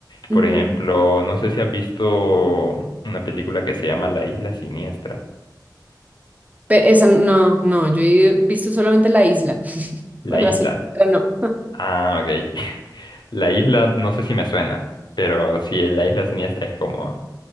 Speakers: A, on the right; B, on the left.
A: Ujú.
B: Por ejemplo, no sé si has visto una película que se llama La Isla Siniestra.
A: Pero esa no, no, yo he visto solamente la isla. <laughs>
B: La
A: Pues
B: Isla.
A: la siniestra no.
B: Ah, ok. <laughs> La Isla, no sé si me suena, pero sí, La Isla Siniestra es como...